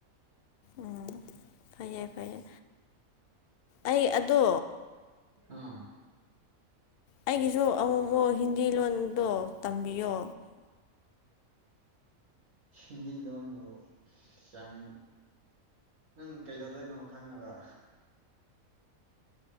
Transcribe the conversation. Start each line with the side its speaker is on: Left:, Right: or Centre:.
Left: ꯎꯝ ꯐꯩꯌꯦ ꯐꯩꯌꯦ ꯑꯩ ꯑꯗꯣ
Right: ꯑꯥ
Left: ꯑꯩꯒꯤꯁꯨ ꯑꯃꯨꯛ ꯑꯃꯨꯛ ꯍꯤꯟꯗꯤ ꯂꯣꯟꯗꯣ ꯇꯝꯕꯤꯌꯣ
Right: ꯍꯤꯟꯗꯤ ꯂꯣꯟꯅꯕꯨ ꯌꯥꯝ ꯅꯪ ꯀꯩꯗꯧꯗꯣꯏꯅꯣ ꯈꯪꯉꯒ